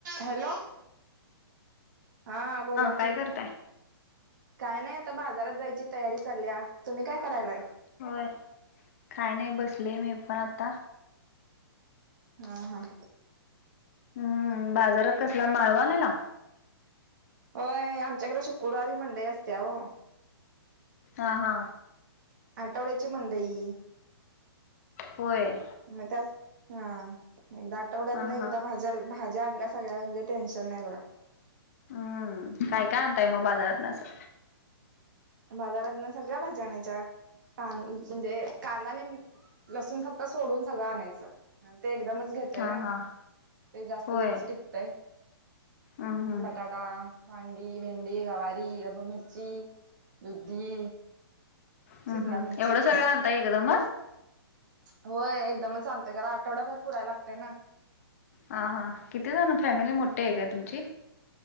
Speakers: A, on the right; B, on the left.
A: Hello हा बोला
B: काय
A: कि
B: करताय
A: काय नाही आता बाजारात जायची तयारी चालली तुम्ही काय करायलाय
B: होय काय नाही बसले मी पण आता
A: हम् हम
B: हम्म बाजारात कसला माळवा आलेला
A: होय आमच्याकडे शुक्रवारी मंडई असते्या हो
B: हा हा
A: आठवड्याची मंडई
B: होय
A: मग त्या हा एकदा आठवड्यात
B: हा
A: नाही
B: हा
A: एकदा भाज्या भाज्या आणल्या सगळ्या म्हणजे टेन्शन नाही बघ
B: हम्म काय काय आणताय मग बाजारात न असं
A: बाजारात ना सगळ्या भाजीण्याच्या क म्हणजे कांदाने लसूण फक्त सोडून सगळं आणायचं ते एकदमच घेतय
B: हा
A: ना
B: हा
A: ते जास्त
B: होय
A: दिवस टिकतय.
B: हम्म हम्म
A: बटाटा, वांंगी, भेंडी, गवारी, ढबु मिर्ची. दुधी,
B: हम्म
A: शिमला
B: हम्म
A: मिर्ची.
B: एवढं सगळं आणताय एकदमच
A: होय एकदमच आणतोय कारण आठवडाभर पुरायला लागतय ना.
B: हा हा किती जण फॅमिली मोठी आहे काय तुमची.